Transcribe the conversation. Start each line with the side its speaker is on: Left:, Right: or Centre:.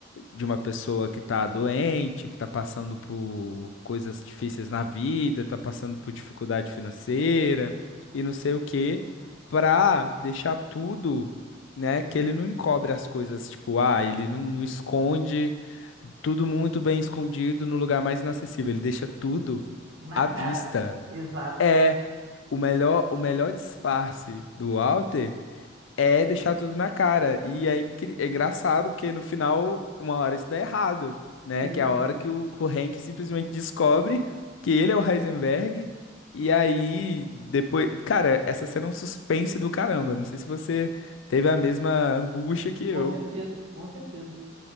Left: de uma pessoa que está doente, que está passando por coisas difíceis na vida, está passando por dificuldade financeira e não sei o quê, para deixar tudo né? Que ele não encobre as coisas, tipo, ah, ele não, não esconde tudo muito bem escondido no lugar mais inacessível, ele deixa tudo
Right: na
Left: à
Right: cara.
Left: vista.
Right: Exato.
Left: É o melhor, o melhor disfarce do Walter. É deixar tudo na cara. E é, incri- é engraçado, porque no final, uma hora isso dá errado, né?
Right: Sim,
Left: Que é a hora que o, que o Hank simplesmente descobre que ele é o Heisenberg. E aí, depois. Cara, essa cena é um suspense do caramba. Não sei se você teve a mesma angústia que
Right: com
Left: eu.
Right: certeza, com certeza.